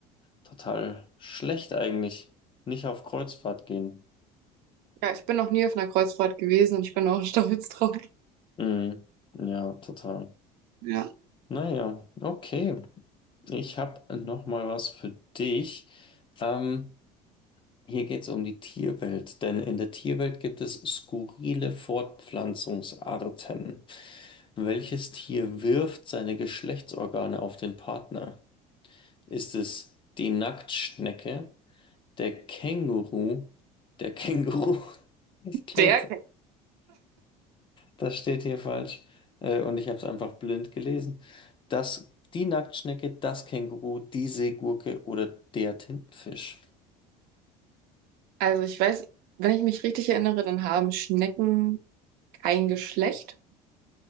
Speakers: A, on the left (about 30°); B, on the right (about 70°).
A: total schlecht eigentlich. Nicht auf Kreuzfahrt gehen.
B: Ja, ich bin noch nie auf einer Kreuzfahrt gewesen und ich bin auch <laughs> stolz drauf.
A: Mhm. Ja, total.
B: Ja,
A: Naja, okay. Ich habe noch mal was für dich. Ähm, hier geht es um die Tierwelt, denn in der Tierwelt gibt es skurrile Fortpflanzungsarten. Welches Tier wirft seine Geschlechtsorgane auf den Partner? Ist es die Nacktschnecke, der Känguru, der Känguru? <laughs> Ich glaube,
B: sehr.
A: Das steht hier falsch. Äh, und ich habe es einfach blind gelesen. Das, die Nacktschnecke, das Känguru, die Seegurke oder der Tintenfisch.
B: Also ich weiß, wenn ich mich richtig erinnere, dann haben Schnecken kein Geschlecht.